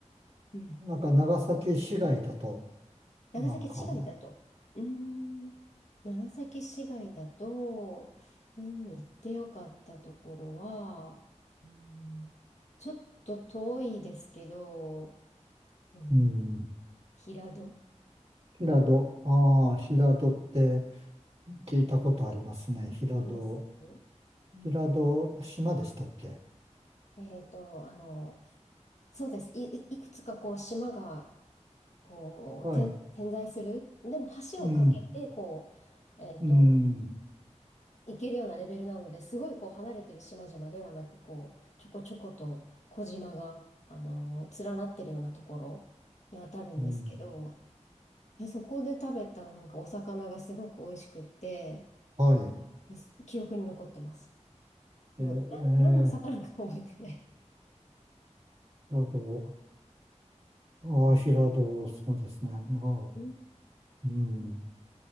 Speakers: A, on the left; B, on the right.
A: うん。
B: なんか、長崎市外だと、
A: 長崎市街だと。
B: なんか、
A: うーん。長崎市街だと、うん、行ってよかったところは、うん、ちょっと遠いですけど、えー
B: うん。
A: 平戸
B: 平戸、ああ、平戸って聞いたことありますね。平戸、
A: ありますうん。
B: 平戸、島でしたっけ
A: えっと、あの、そうです。い、いくつかこう島がこう点、
B: はい。
A: 点在する。でも橋を架けてこ
B: うん、
A: う、えっと、
B: うん、
A: 行けるようなレベルなのですごいこう離れてる島々ではなくこうちょこちょこと小島が、あのー連なってるようなところにあたるんですけど
B: うん。
A: えそこで食べたなんかお魚がすごく美味しくって
B: はい。
A: です記憶に残ってます。でもな何の魚か覚えてない。
B: えー、えー、なるほどああ、平戸、そうですね。まあ、
A: うん
B: うん。